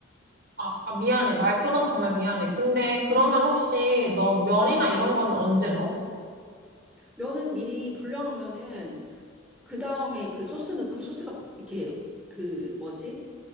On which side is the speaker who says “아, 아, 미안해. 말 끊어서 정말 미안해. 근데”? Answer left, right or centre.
Right